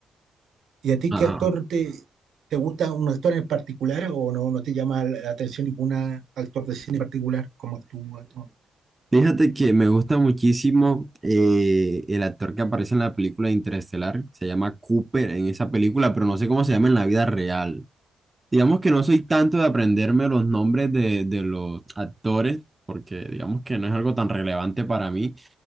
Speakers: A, on the right; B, on the right.
A: ¿Y a ti
B: Ah,
A: qué actor te, te gusta un actor en particular o no, no te llama la atención ningún actor de cine en particular, como actúa, todo?
B: fíjate que me gusta muchísimo eh, el actor que aparece en la película Interestelar, se llama Cooper en esa película, pero no sé cómo se llama en la vida real. Digamos que no soy tanto de aprenderme los nombres de, de los actores, porque digamos que no es algo tan relevante para mí.